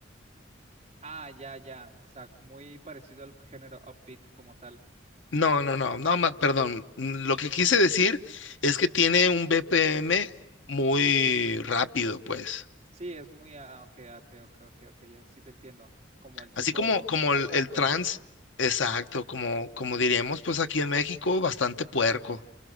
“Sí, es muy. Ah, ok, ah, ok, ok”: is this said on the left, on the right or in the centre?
Right